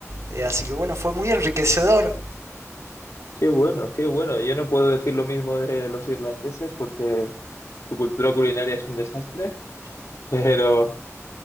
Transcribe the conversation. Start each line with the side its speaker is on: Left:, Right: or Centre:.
Right: eh, así que bueno, fue muy enriquecedor.
Left: Qué bueno, qué bueno. Yo no puedo decir lo mismo de los irlandeses porque su cultura culinaria es un desastre, <laughs> pero